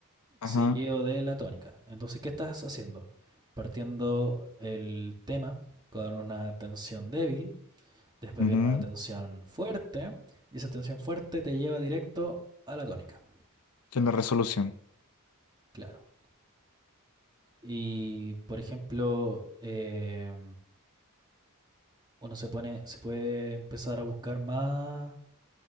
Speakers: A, on the left (about 85°); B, on the right (about 20°).
A: Ajá.
B: seguido de la tónica. Entonces, ¿qué estás haciendo? Partiendo el tema con una tensión débil, después
A: Ujú.
B: viene una tensión fuerte, y esa tensión fuerte te lleva directo a la tónica,
A: Tiene resolución.
B: claro. Y, por ejemplo, eh, uno se pone, se puede empezar a buscar más